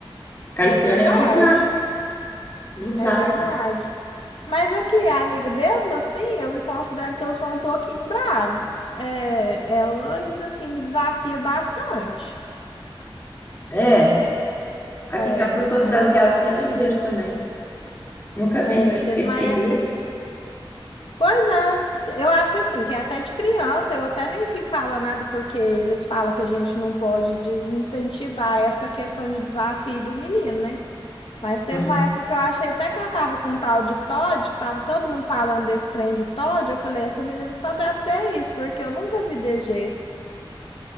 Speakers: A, on the left (about 25°); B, on the left (about 70°).
A: Caetano
B: É verdade,
A: é abusado, abusado.
B: é verdade. Mas aqui, amiga, mesmo assim, eu me considero que eu sou um pouquinho brava. É, ela ainda assim me desafia bastante.
A: É, aqui
B: É,
A: em casa eu sou desafiado
B: é me desafia.
A: o tempo inteiro também. Nunca vi,
B: É,
A: parece
B: teve
A: que ele
B: uma
A: tem
B: época.
A: medo.
B: Pois é, eu acho assim, que é até de criança, eu até nem fico falando nada, porque eles falam que a gente não pode desincentivar essa questão de desafio do menino, né? Mas teve
A: Uhum.
B: uma época que eu achei até que ela tava com um tal de Todd, que tava todo mundo falando desse trem de Todd, eu falei, essa menina só deve ter isso, porque eu nunca vi desse jeito.